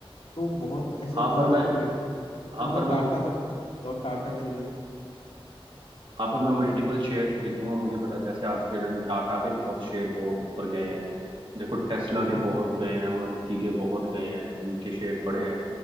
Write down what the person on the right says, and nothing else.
हाँ
पर
मैं
हाँ पर
मैं उत-
हाँ पर मैं मल्टीपल शेयर खरीदूंगा मुझे पता है, जैसे आज के दिन टाटा के बहुत शेयर बहुत ऊपर गए हैं देखो टेस्ला
के बहुत गए हैं मारुति के बहुत गए हैं इनके शेयर बड़े हैं